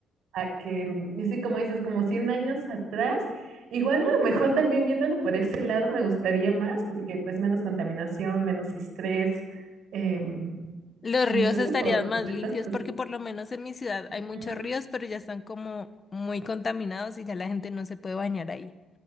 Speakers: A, on the right (about 75°); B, on the left (about 35°).
A: a que, mm, y sí, como dices, como 100 años atrás, igual a lo mejor también viéndolo por ese lado me gustaría más, porque pues menos contaminación, menos estrés, em,
B: los
A: mm,
B: ríos
A: creo
B: estarían
A: que por,
B: más
A: por estas
B: limpios
A: cosas.
B: porque por lo menos en mi ciudad hay muchos
A: Ujú.
B: ríos, pero ya están como muy contaminados y ya la gente no se puede bañar ahí.